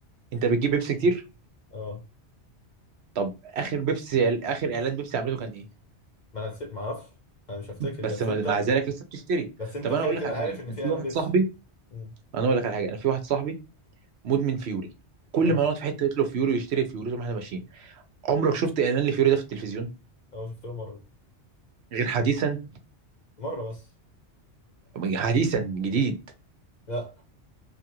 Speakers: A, on the right; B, on the left.
A: انت بتجيب بيبسي كتير
B: اه
A: طب اخر بيبسي اخر اعلان بيبسي عملته كان ايه
B: ما انا نسيت- ما اعرفش انا مش هفتكر
A: بس
B: بس
A: مع
B: انت
A: مع ذلك لسه بتشتري
B: بس انت
A: طب
B: كده
A: انا اقول
B: كده
A: لك على
B: عارف
A: حاجه
B: ان
A: انا
B: في
A: في
B: اعلان
A: واحد
B: بيبسي
A: صاحبي
B: مم.
A: انا اقول لك على حاجه انا في واحد صاحبي مدمن فيوري كل
B: <laughs> اه
A: ما نقعد في حته يطلب فيوري ويشتري فيوري طول ما احنا ماشيين عمرك شفت اعلان لفيوري ده في التلفزيون
B: اه شفت له مره
A: غير حديثا
B: مره بس
A: حديثا جديد
B: لا